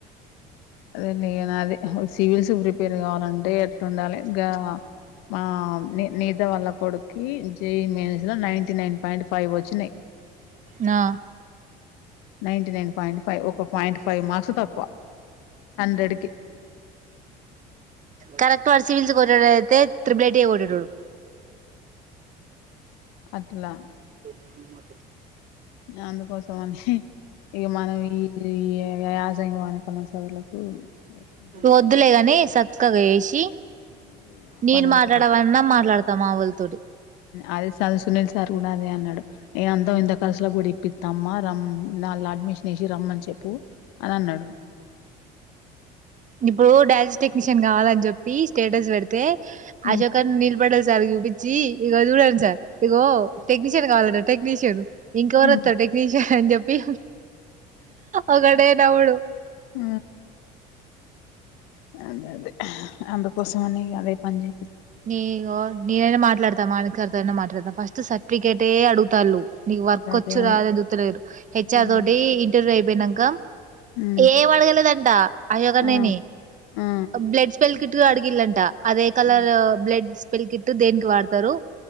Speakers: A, on the left (about 75°); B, on the right (about 35°).
A: అదే నను అదది సివిల్స్ ప్రిపేర్ కావాలంటే ఎట్లా ఉండాలి ఇంకా మా ని నీద వల్ల కొడుకి జేయి మేైనస్ లో నైన్టీ నైన్ పాయింట్ ఫైవ్ వచ్చినాయి
B: ఆ
A: నైీ నైన్ పాయింట్ ఫైవ్ ఒక పాయింట్ ఫైవ్ మార్క్స్ తక్కువ హండ్రెడ్ కి
B: కరెక్ట్ వాడు సివిల్స్ కొట్ట అయితే త్రిబలటీయ కొట్టేటడు
A: అట్లా
B: మా
A: అందుకోసం అని ఇక మనం ఈ యాసంగ వాణక చదువులకు ఎట్లుంటది
B: వద్దులేగానీ చక్కగా వేసి
A: అదే ఇగ ఆ
B: నేను
A: పనే
B: మాట్లాడవన్నా
A: చేయ
B: మాట్లాడతామా మా వాళతో
A: అదే సార్ సునీల్ సార్ కూడా అదే అన్నాడు నేను అందాం ఇంత కర్సులో కూడాడి ఇప్పిస్తమ్మ ర న అడ్మిషన్ వేసి రమ్మని చెప్పు అని అన్నాడు
B: ఇప్పుడు డయాజ టెక్నీషియన్ కావాలని చెప్పి స్టేటస్ పెడితే
A: హ్మ్.
B: అశోకర్ నిీళ పడల్ సార్ చూపించి ఇగ చూడండి సార్ ఇగో టెక్నీషియన్ కావాలంట టెక్నీషియన్ ఇంకవరుొస్త
A: హ్మ్.
B: టెక్నీషియన్ అని చెప్పి ఒకడే నవుడు
A: ఆ అదే అదే అందుకోసం అనే అదే పనించిి
B: నీగో నేనైనా మాట్లాడతా మామి సర్తోయినా మాట్లాడతా ఫస్ట్ సర్టిఫికేటే అడుగుతాు నీకు వర్క్
A: అదే
B: వచ్చు
A: అదే అని
B: రాదందు తెలేదు హెచ్ఆర్
A: హ్మ్.
B: తోటి ఇంటర్వ్యూ అయిపోయినాక
A: హ్మ్.
B: ఏం అడగలేదంట అయోగానేేని
A: ఆ! ఆ!
B: బ్లడ్ స్పెల్ క అడుగలంటా అదే కాల
A: ఆ!
B: బ్లడ్ స్పెల్ కిట్టు దేనికి వాడతారు